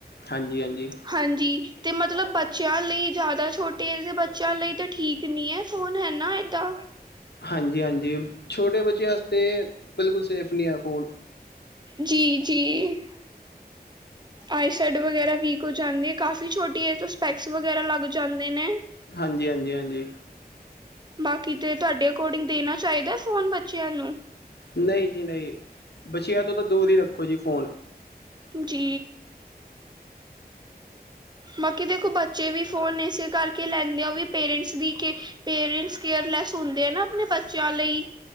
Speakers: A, on the left; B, on the right.
A: ਹਾਂਜੀ-ਹਾਂਜੀ।
B: ਹਾਂਜੀ ਤੇ ਮਤਲਬ ਬੱਚਿਆਂ ਲਈ ਜ਼ਿਆਦਾ ਛੋਟੇ ਏਜ ਦੇ ਬੱਚਿਆਂ ਲਈ ਤੇ ਠੀ ਕ ਨੀ ਐ ਫੋਨ ਹੈਨਾ ਏਦਾਂ।
A: ਹਾਂਜੀ-ਹਾਂਜੀ, ਛੋਟੇ ਬੱਚਿਆਂ ਆਸਤੇ ਬਿਲਕੁਲ ਸੇਫ ਨੀ ਐ ਫੋਨ।
B: ਜੀ, ਜੀ, ਆਈਸੈਡ ਵਗੈਰਾ ਵੀਕ ਹੋ ਜਾਂਦੀ ਹੈ, ਕਾਫ਼ੀ ਛੋਟੀ ਹੈ ਤੋਂ ਸਪੈਕਸ ਵਗੈਰਾ ਲੱਗ ਜਾਂਦੇ ਨੇ
A: ਹਾਂਜੀ, ਹਾਂਜੀ, ਹਾਂਜੀ
B: ਬਾਕੀ ਤੇ ਤੁਹਾਡੇ ਅਕੋਰਡਿੰਗ ਦੇਣਾ ਚਾਹੀਦਾ ਫੋਨ ਬੱਚਿਆਂ ਨੂੰ?
A: ਨਹੀਂ, ਜੀ ਨਹੀਂ ਬੱਚਿਆਂ ਤੋਂ ਤਾਂ ਦੂਰ ਹੀ ਰੱਖੋ ਜੀ ਫੋਨ
B: ਜੀ ਬਾਕੀ ਦੇਖੋ ਬੱਚੇ ਵੀ ਫੋਨ ਇਸੇ ਕਰਕੇ ਲੈਂਦੇ ਆ ਵੀ ਪੇਰੈਂਟਸ ਦੀ ਕੇ ਪੇਰੈਂਟਸ, ਕੇਅਰਲੈਸ ਹੁੰਦੇ ਆ ਨਾ ਆਪਣੇ ਬੱਚਿਆਂ ਲਈ